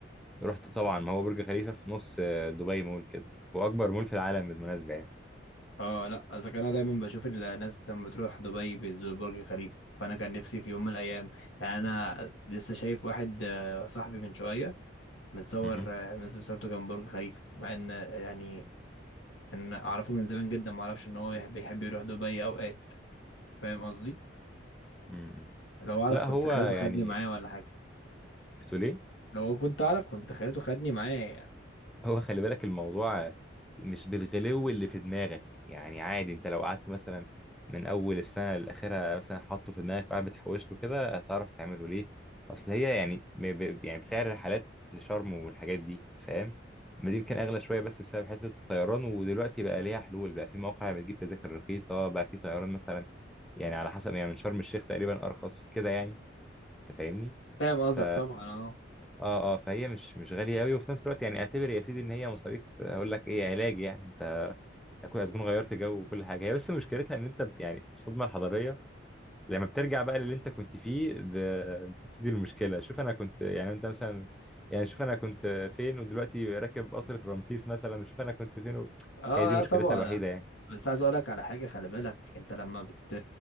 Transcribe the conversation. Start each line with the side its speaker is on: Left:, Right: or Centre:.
Centre: رحت طبعا ما هو برج خليفه في نص آه، دبي مول كده هو اكبر مول في العالم بالمناسبه يعني
Left: اه لا اذا كان انا دايما بشوف الناس لما بتروح دبي بتزور برج خليفة فانا كان نفسي في يوم من الايام يعني انا لسه شايف واحد آه، صاحبي من شوية متصور
Centre: مهم.
Left: آه، منزل صورته جنب برج خليفة مع ان آه، يعني ان اعرفه من زمان جدا ما اعرفش ان هو يح- بيحب يروح دبي اوقات فاهم قصدي
Centre: مم.
Left: لو اعرف
Centre: لا
Left: كنت
Centre: هو
Left: خليته
Centre: يعني
Left: خدني معايا ولا حاجة
Centre: بتقول ايه
Left: لو كنت اعرف كنت خليته خدني معايا يعني.
Centre: هو خلي بالك الموضوع مش بالغلو اللي في دماغك يعني عادي انت لو قعدت مثلا من اول السنه لاخرها مثلا حاطه في دماغك وقاعد بتحوش له كده هتعرف تعمله ليه اصل هي يعني ب... ب... يعني بسعر الرحلات لشرم والحاجات دي فاهم ما دي يمكن اغلى شويه بس بسبب حته الطيران ودلوقتي بقى ليها حلول بقى في مواقع بتجيب تذاكر رخيصه بقى في طيران مثلا يعني على حسب يعني من شرم الشيخ تقريبا ارخص كده يعني انت فاهمني
Left: فاهم
Centre: ف
Left: قصدك طبعا اه
Centre: اه اه فهي مش مش غاليه قوي وفي نفس الوقت يعني اعتبر يا سيدي ان هي مصاريف هقول لك ايه علاج يعني انت هتكون هتكون غيرت جو وكل حاجه هي بس مشكلتها ان انت ب- يعني الصدمه الحضاريه لما بترجع بقى للي انت كنت فيه ب- بتبتدي المشكله شوف انا كنت يعني انت مثلا يعني شوف انا كنت فين ودلوقتي راكب قطر في رمسيس مثلا وشوف انا كنت فين و...
Left: اه
Centre: هي دي
Left: لا
Centre: مشكلتها
Left: طبعا
Centre: الوحيده يعني
Left: بس عايز اقولك على حاجه خلي بالك انت لما بت